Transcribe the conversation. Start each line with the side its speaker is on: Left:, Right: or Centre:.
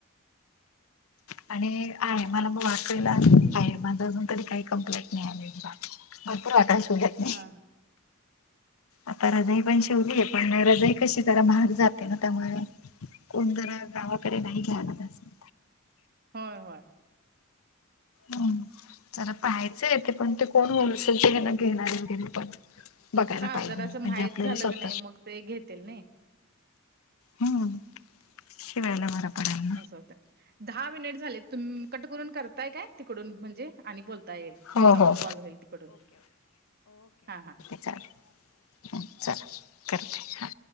Right: <inaudible>
Left: आणि आहे <unintelligible> अजून काही कंप्लेंट नाही आलेली बा. भरपूर वाकळा शिवल्यात नी.
Right: <inaudible>
Left: आता रजई पण शिवलीय पण रजाई काशी, जरा महाग जाते ना त्यामुळे गावा कडे नाही घ्यायला पाहिजे.
Right: होय होय.
Left: हम्म! जरा पाहायचं येते पण ते कोण होलसेल ते घेणार घेणारचं तेनी पण बघायला
Right: हा
Left: पाहिजे
Right: जरास
Left: म्हणजे
Right: माहित
Left: आपल्याला
Right: झालं,
Left: स्वतः
Right: क नाही मग ते घेतील नाही.
Left: हम्म! शिवायला बर पडलं.
Right: <unintelligible> दहा मिनिट झाले तुम कट करून करताय काय तिकडून म्हणजे? आणि बोलता येईल, तुमचा
Left: हो हो
Right: पण कॉल होईल तिकडून हा हा.
Left: हा हा चला, करते हा.